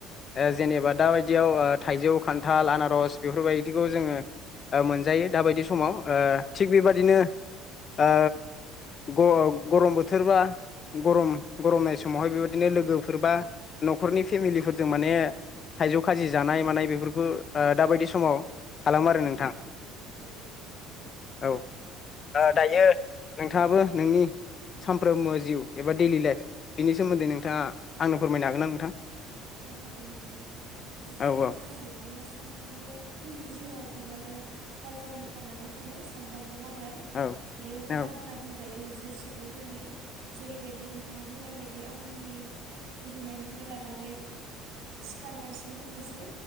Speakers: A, on the left (about 30°); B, on the right (about 80°).
A: ओ
B: औ
A: जेनेबा दाबायदियाव ओ थाइजौ खान्थाल आनारस बेफोरबायदिखौ जोङो ओ मोनजायो दाबायदि समाव
B: औ
A: ओ थिग बेबादिनो ओ ग-गरम बोथोरबा गरम गरमनाय समावहाय बेबायदिनो लोगोफोर बा न'खरनि फेमेलिफोरजों माने थाइजौ खाजि जानाय मानाय बेफोरखौ ओ दाबायदि समाव
B: औ
A: खालामो आरो नोंथां
B: औ
A: औ ओ दायो नोंथाङाबो नोंनि सामफ्रोमबो एबा दैइलि लाइफ बेनि सोमोन्दै नोंथाङा आंनो फोरमायनो हागोन ना नोंथां?
B: औ हागोन नोंथां नोंथाङा
A: औ औ
B: बुंनाय बायदिनो सानफ्रोमबो जिउआव बयहाबो गाव गावनि खामानि थायो सामफ्रोम बो मावनाय
A: औ
B: बेयो हुदा
A: औ
B: होनना बुंजायो मोन से सुबुंफोरनि जेरैबायदि नोंथाङा बुंनाय बायदि आं आंनि उन्दुनायनिफ्राय लानानै सिखारनायसिम बुंनोसै